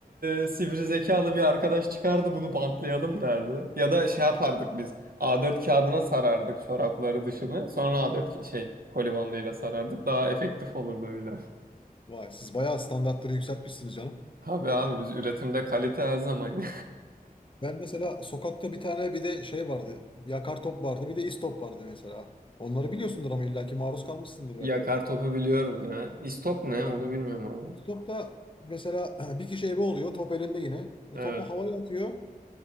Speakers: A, on the right; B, on the left.
A: e, sivri zekalı bir arkadaş çıkardı bunu bantlayalım derdi. Ya da şey yapardık biz. A4 kağıdına sarardık çorapları dışını. Sonra A4 ki- şey koli bandıyla sarardık. Daha efektif olurdu öyle.
B: Vay siz bayağı standartları yükseltmişsiniz canım.
A: <laughs> Tabii abi biz üretimde kalite her zaman.
B: Ben mesela sokakta bir tane bir de şey vardı. Yakar top vardı bir de istop vardı mesela. Onları biliyorsundur ama illaki maruz kalmışsındır
A: <laughs>
B: belki
A: Yakar
B: de.
A: topu biliyorum ya. İstop ne
B: Yani
A: onu bilmiyorum abi.
B: istopta mesela <clears throat> bir kişi ebe oluyor top elinde yine. E,
A: Evet.
B: topu havaya atıyor